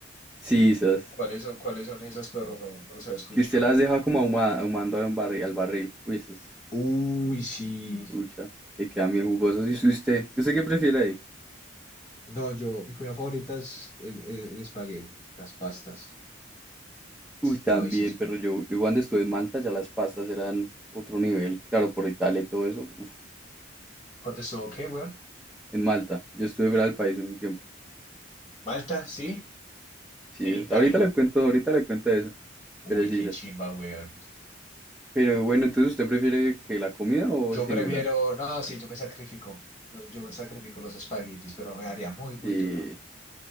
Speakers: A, in the centre; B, on the left.
A: Sí, esas.
B: ¿Cuáles son, cuáles son esas, pero no, no se ha escuchado?
A: Que usted las deja como ahuma- ahumando al barril, al barril. Uy, esas.
B: Uy, sí.
A: Pucha, que quedan bien jugosas. ¿Y usted? ¿Usted qué prefiere ahí?
B: No, yo, mi comida favorita es el, el- el espagueti, las pastas.
A: Uy, también,
B: No, ahí sí.
A: pero yo, yo cuando estuve en Malta ya las pastas eran otro nivel, claro, por Italia y todo eso. Uf,
B: Contestó, ok, weón.
A: en Malta. Yo estuve fuera del país un tiempo.
B: Malta, sí.
A: Sí,
B: En
A: es-
B: Italia.
A: ahorita le cuento, ahorita le cuento eso,
B: Uy,
A: pero sí,
B: qué
A: sas.
B: chimba, weón.
A: Pero bueno, entonces usted prefiere que la comida o el
B: Yo
A: celular.
B: prefiero, no, sí, yo me sacrifico. Yo, yo me sacrifico los espaguetis, pero me daría muy, muy
A: Eh,
B: duro.